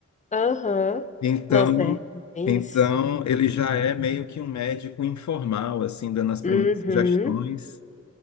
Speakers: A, on the left; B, on the left.
A: Aham.
B: Então,
A: Nossa, é é bem
B: então
A: isso.
B: ele já é meio que um médico informal, assim, dando as primeiras
A: Uhum.
B: sugestões.